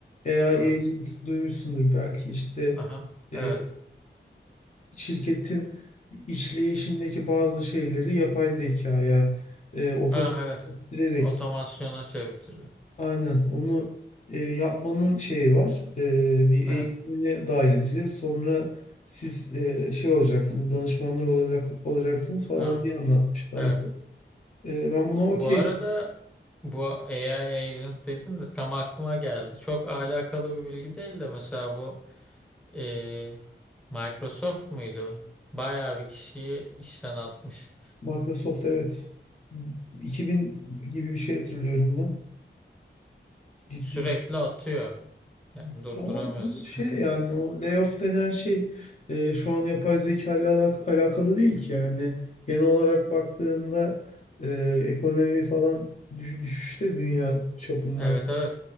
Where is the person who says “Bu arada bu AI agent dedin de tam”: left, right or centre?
Centre